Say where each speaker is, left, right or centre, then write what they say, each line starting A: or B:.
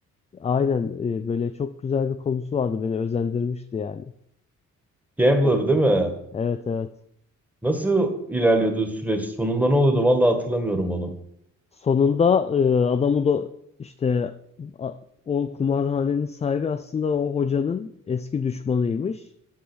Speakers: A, on the left; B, in the centre.
A: Aynen e, böyle çok güzel bir konusu vardı beni özendirmişti yani.
B: Gambler
A: O
B: değil mi?
A: Evet evet.
B: Nasıl ilerliyordu süreç? Sonunda ne oluyordu? Valla hatırlamıyorum onu.
A: Sonunda e, adamı da işte a- o kumarhanenin sahibi aslında o hocanın eski düşmanıymış.